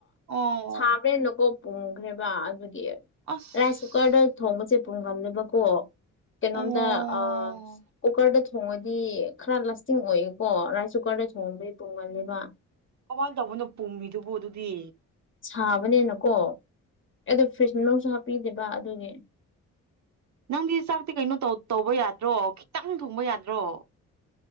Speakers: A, on the right; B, on the left.
A: ꯑꯣ
B: ꯁꯥꯕ꯭ꯔꯦꯅꯀꯣ ꯄꯨꯈ꯭ꯔꯦꯕ ꯑꯗꯨ ꯑꯦ
A: ꯑꯁ
B: ꯔꯥꯏꯁ ꯀꯨꯀꯔꯗ ꯊꯣꯡꯕꯁꯦ ꯄꯨꯨꯝꯒꯜꯂꯦꯕꯀꯣ ꯀꯩꯅꯣꯝꯗ
A: ꯑꯣ
B: ꯑ ꯀꯨꯀꯔꯗ ꯊꯣꯡꯉꯗꯤ ꯈꯔ ꯂꯥꯁꯇꯤꯡ ꯑꯣꯏꯌꯦ ꯀꯣ ꯔꯥꯏꯁ ꯀꯨꯀꯔꯗ ꯆꯣꯡꯕꯗꯤ ꯄꯨꯝꯒꯜꯂꯤꯕ
A: ꯀꯃꯥꯏ ꯇꯧꯕꯅꯣ ꯄꯨꯝꯃꯤꯗꯨꯕꯨ ꯑꯗꯨꯗꯤ
B: ꯁꯥꯕꯅꯦꯅꯀꯣ ꯑꯩꯗꯣ ꯐ꯭ꯔꯤꯖ ꯃꯅꯨꯡꯁꯨ ꯍꯥꯞꯄꯤꯗꯦꯕ ꯑꯗꯨꯒꯤ
A: ꯅꯪꯗꯤ ꯆꯥꯛꯇꯤ ꯀꯩꯅꯣ ꯇꯧ ꯇꯧꯕ ꯌꯥꯗ꯭ꯔꯣ ꯈꯤꯇꯪ ꯊꯣꯡꯕ ꯌꯥꯗ꯭ꯔꯣ